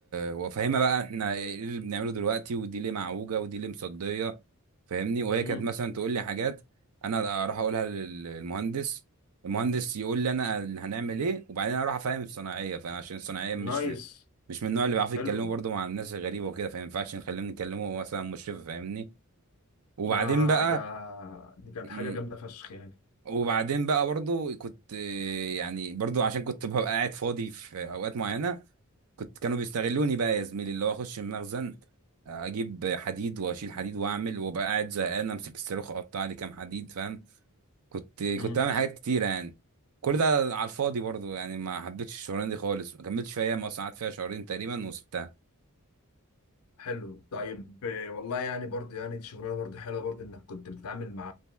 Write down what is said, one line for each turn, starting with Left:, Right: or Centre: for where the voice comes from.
Right: وأفهمها بقى إحنا إيه اللي بنعمله دلوقتي ودي ليه معوجة ودي ليه مصدية فاهمني وهي
Left: امم
Right: كانت مثلا تقول لي حاجات أنا أروح أقولها لل- للمهندس المهندس يقول لي أنا اللي هنعمل إيه وبعدين أروح أفهم الصناعية فعشان الصناعية مش
Left: نايس
Right: مش من النوع اللي بيعرفوا
Left: حلو
Right: يتكلموا برضه مع الناس الغريبة وكده فما ينفعش نخليهم يتكلموا مثلا مشرف فاهمني وبعدين
Left: ده
Right: بقى
Left: ده دي كانت
Right: مم،
Left: حاجة جامدة فشخ يعني
Right: وبعدين بقى برضو كنت آه، يعني برضو عشان كنت ببقى قاعد فاضي في اوقات معينه كنت كانوا بيستغلوني بقى يا زميلي اللي هو اخش المخزن آه، اجيب حديد واشيل حديد واعمل وابقى قاعد زهقان امسك الصاروخ اقطع لي كام حديد فاهم كنت
Left: مم.
Right: كنت بعمل حاجات كتيره يعني كل ده على الفاضي برضو يعني ما حبيتش الشغلانه دي خالص ما كملتش فيها ما قعدت فيها شهرين تقريبا وسبتها
Left: حلو طيب آه، والله يعني برضه يعني دي شغلانه برضه حلوه برضه انك كنت بتتعامل مع